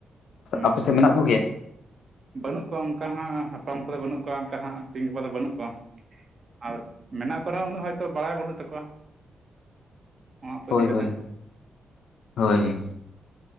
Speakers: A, on the right; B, on the left.
A: ᱦᱩᱸ
B: ᱟᱯᱮ
A: ᱦᱩᱸ
B: ᱥᱮᱫ ᱢᱮᱱᱟᱜ ᱠᱚᱜᱮᱭᱟ
A: ᱵᱟᱹᱱᱩᱜ ᱠᱚᱣᱟ ᱚᱱᱠᱟᱱ ᱦᱟᱸᱜ ᱦᱟᱯᱟᱢ ᱠᱚᱫᱚ ᱵᱟᱹᱱᱩᱜ ᱠᱚᱣᱟ ᱚᱱᱠᱟᱱ ᱦᱟᱜ ᱛᱮᱦᱤᱧ ᱜᱟᱯᱟ ᱫᱚ ᱵᱟᱹᱱᱩᱜ ᱠᱚᱣᱟ ᱟᱨ ᱢᱮᱱᱟᱜ ᱠᱚᱨᱮᱦᱚᱸ ᱩᱱᱟᱹᱜ ᱦᱳᱭᱛᱳ ᱵᱟᱲᱟᱭ ᱵᱟᱹᱱᱩᱜ ᱛᱟᱠᱚᱣᱟ ᱚᱱᱟ ᱠᱚ
B: ᱦᱳᱭ
A: ᱤᱫᱤ ᱠᱟᱛᱮᱫ
B: ᱦᱳᱭ ᱦᱳᱭ